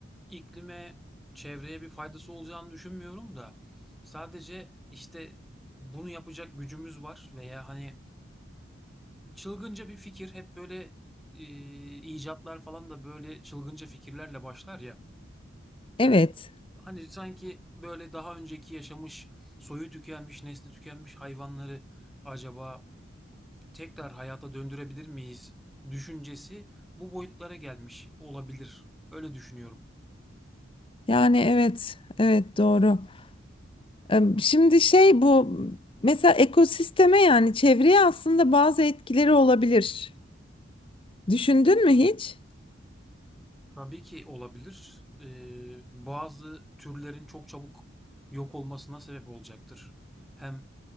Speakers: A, in the centre; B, on the left.
A: iklime, çevreye bir faydası olacağını düşünmüyorum da sadece işte bunu yapacak gücümüz var veya hani çılgınca bir fikir hep böyle e, icatlar falan da böyle çılgınca fikirlerle başlar ya.
B: Evet.
A: Hani sanki böyle daha önceki yaşamış, soyu tükenmiş, nesli tükenmiş hayvanları acaba tekrar hayata döndürebilir miyiz düşüncesi bu boyutlara gelmiş olabilir. Öyle düşünüyorum.
B: Yani evet. Evet doğru. Em, Şimdi şey bu mesela ekosisteme yani çevreye aslında bazı etkileri olabilir. Düşündün mü hiç?
A: Tabii ki olabilir. Ee, bazı türlerin çok çabuk yok olmasına sebep olacaktır. Hem